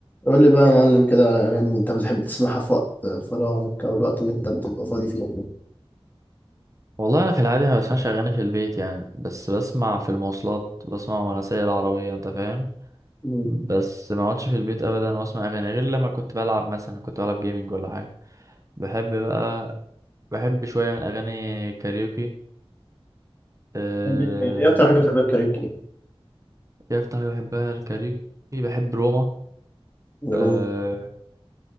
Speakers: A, on the left; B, on the right.
A: قول لي بقى يا معلم كده على أغاني أنت بتحب تسمعها في وقت فراغك أو الوقت اللي أنت بتبقى فاضي فيه
B: والله انا في العادي ما بسمعش اغاني في البيت يعني بس بسمع في المواصلات بسمع وانا سايق العربيه انت فاهم
A: مم.
B: بس ما اقعدش في البيت ابدا واسمع اغاني غير لما كنت بلعب مثلا كنت بلعب جيمنج ولا حاجه بحب بقى بحب شويه من اغاني كاريوكي أه...
A: بتحب الكاريوكي؟ ايه اكتر حاجه بتحبها الكاريوكي
B: ايه اكتر حاجه بحبها الكاريوكي بحب روما
A: رمضان
B: أه...